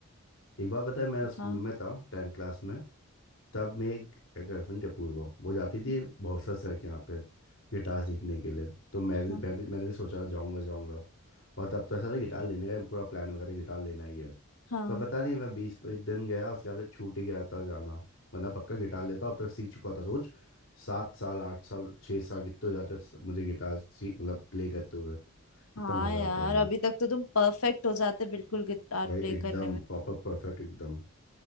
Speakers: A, on the left; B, on the left.
A: एक बार पता है मैं स्कूल
B: हाँ
A: में था टेंथ क्लास में तब मेरी एक गर्लफ्रेंड थी अपूर्वा वो जाती थी
B: हम्म,
A: भौसा सर के यहाँ पे गिटार सीखने के लिए तो मैं
B: हाँ
A: भी, मैं भी मैंने भी सोचा जाऊँगा जाऊँगा और तब तक सारा गिटार लेने का पूरा प्लान हो गया था गिटार लेना ही है
B: हाँ
A: पर पता नहीं मैं बीस पच्चीस दिन गया उसके बाद फिर छूट ही गया था जाना वरना पक्का गिटार लेता अब तक सीख चुका था सोच सात साल आठ साल छः साल कितने जाते मुझे गिटार सीख मतलब प्ले करते हुए कितना
B: हाँ
A: मज़ा
B: यार
A: आता भाई
B: अभी तक तो तुम परफेक्ट हो जाते बिल्कुल गिटार
A: भाई
B: प्ले करने
A: एकदम
B: में
A: प्रॉपर परफेक्ट एकदम